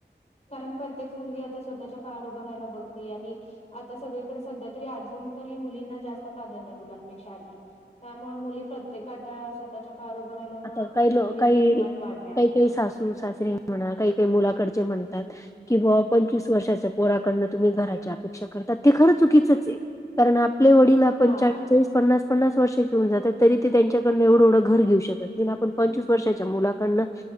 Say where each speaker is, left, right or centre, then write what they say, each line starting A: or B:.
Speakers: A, on the left; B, on the left.
A: कारण प्रत्येक मुलगी आता स्वतःच्या पायावर उभं राहायला बघती आणि आता सगळीकडे सध्या तरी अजून तरी मुलींना जास्त प्रधान्य आहे मुलांपेक्षा आधी त्यामुळे मुली प्रत्येक आता स्वतःच्या पायावर उभं राहिल्यामुळ
B: आता काही लो
A: मुलींच्या
B: काही
A: डिमांड वाढल्या.
B: काही काही सासू सासरी म्हणा काही काही मुलाकडचे म्हणतात किं बुवा पंचवीस वर्षाच पोराकडनं तुम्ही घरायची अपेक्षा करतात ते खरं चुकीचच आहे कारण आपले वडील आपण
A: हा
B: चाळीचाळीस. पन्नास पन्ना वर्षाची होऊन जात त तरी ते त्यांच्याकडनं एवढं एवढं घर घेऊ शकत नाही. आणि आपण पंचवीस वर्षाच्या मुलाकडनं.